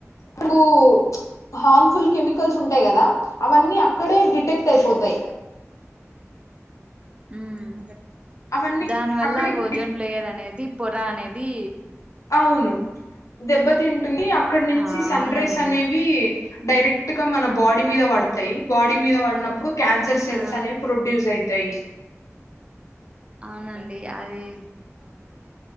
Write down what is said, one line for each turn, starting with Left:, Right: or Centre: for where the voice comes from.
Left: ప్చ్ హార్మ్ఫుల్ కెమికల్స్ ఉంటాయి కదా అవన్నీ ఆ అక్కడే డిటెక్ట్ అయిపోతాయి.
Right: మ్మ్
Left: అవన్నీ
Right: దాని వల్ల
Left: అక్కడే
Right: ఓజోన్ లేయర్ అనేది పొరఅనేది
Left: అవును దెబ్బతింటుంది అక్కడ నుంచి
Right: ఆ
Left: సన
Right: అవునండి
Left: రేస్ అనేవి డైరెక్టు గా మనం బాడీ మీద పడతాయి, బాడీ మీద పడినప్పుడు క్యాన్సర్ సెల్స్
Right: ఆ
Left: అనేవి ప్రొడ్యూస్ అవుతాయి.
Right: అవునండి అదీ